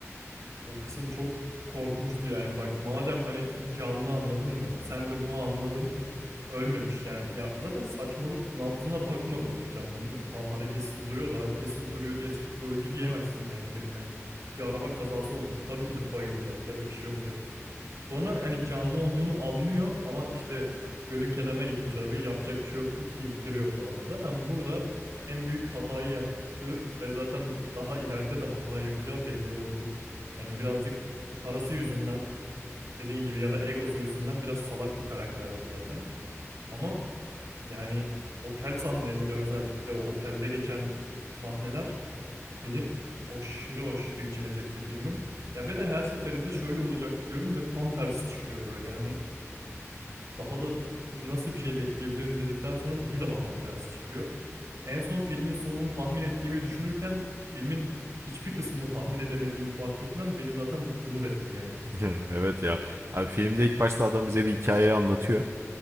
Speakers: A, on the right; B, on the right.
A: O kısım çok korkunçtu yani. Bak madem hani canlı anladın mı? Sen de bunu anladın. Ölmemiş yani. Ya zaten saçmalık nabzına bakmadın mı hiç anladın mı? Tamam hareketsiz duruyor da hareketsiz duruyor diye sırf öldü diyemezsin yani birine. Bir araba kazası olmuş. Tabii ki de bayılacak ya da bir şey olacak. Sonra hani canlı olduğunu anlıyor ama işte gölün kenarına getirmiş arabayı yapacak bir şey yok deyip ittiriyor falan. Zaten burada en büyük hatayı yaptı ve zaten daha ileride de hata yapacağı belli oldu. Hani birazcık parası yüzünden dediğin gibi ya da egosu yüzünden biraz salak bir karakterdi zaten. Ama yani otel sahneleri özellikle o otelde geçen sahneler Beni aşırı aşırı içine çekti filmin. Ya ve de her seferinde şöyle olacak diyorum ve tam tersi çıkıyor böyle. Yani daha da nasıl bir şey bekleyebilirim dedikten sonra bir daha tam tersi çıkıyor. En son filmin sonunu tahmin ettiğimi düşünürken filmin hiçbir kısmını tahmin edemediğimi fark etmem beni zaten dumur etti yani.
B: <laughs> Evet ya. Abi filmde ilk başta adam bize bir hikayeyi anlatıyor.